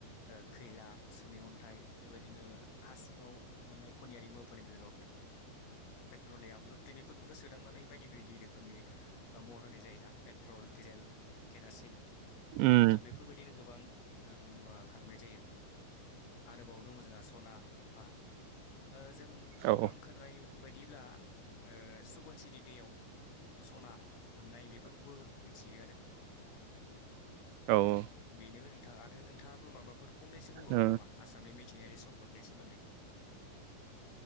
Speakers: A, on the left; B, on the right.
A: ओ खैला, सुनै अन्थाइ बेबायदिनो हा सिङाव मोननाय खनियारि मुवफोरनि गेजेराव पेट्रलियामफोर बेफोरखौनो सोदांनानै बायदि बायदि रोखोमनि ओ महर होनाय जायो ना। पेट्रल डिजेल केरासिननि ओ
B: ओम
A: बेफोरबायदिनो गोबां ओ मुवा खालामनाय जायो। आरोबाव दङ जोंहा सना, रुफा ओ जों
B: औ
A: आं खोनानाय बायदिब्ला ओ सुबुन सिरि दैयाव सना मोननाय बेफोरखौबो मिथियो आरो।
B: औ औ
A: बेनो नोंथां आरो नोंथाङाबो माबाफोर फंनैसो बुंबावगोन
B: ओ
A: नामा? आसामनि मिथिंगायारि सम्पदनि सोमोन्दै।